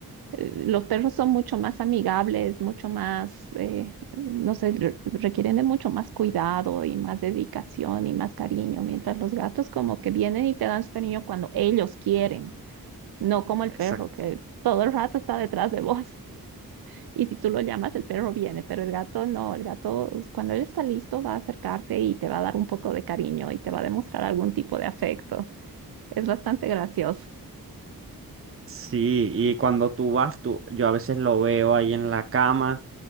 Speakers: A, on the right; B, on the right.
A: eh, los perros son mucho más amigables, mucho más, eh, no sé, re- requieren de mucho más cuidado y más dedicación y más cariño, mientras los gatos como que vienen y te dan su cariño cuando ellos quieren, no como el
B: Exacto.
A: perro que todo el rato está detrás de vos. <laughs> Y si tú lo llamas, el perro viene, pero el gato no, el gato cuando él está listo va a acercarse y te va a dar un poco de cariño y te va a demostrar algún tipo de afecto. Es bastante gracioso.
B: Sí, y cuando tú vas, tú, yo a veces lo veo ahí en la cama.